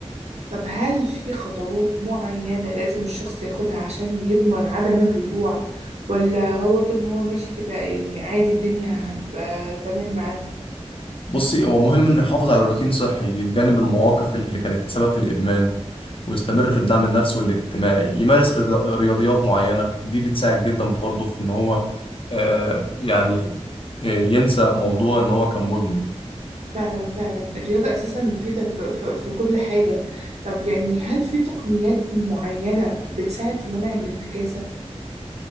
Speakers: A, on the right (about 80°); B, on the left (about 55°).
A: طب هل في خطوات معينة لازم الشخص ياخدها عشان يضمن عدم الرجوع ولا هو طول ما هو ماشي كده يعني عادي الدنيا هتبقى تمام معاه؟
B: بصي هو مهم انه يحافظ على روتين صحي يتجنب المواقف اللي كانت سبب في الادمان ويستمر في الدعم النفسي والاجتماعي يمارس رياض- رياضيات معينه دي بتساعد جدا برضه في ان هو آه، يعني آه، ينسى موضوع ان هو كان مدمن
A: فعلا فعلا الرياضة أساسا مفيدة في, في, في كل حاجة طب يعني هل في تقنيات معينة بتساعد في منع الانتكاسة؟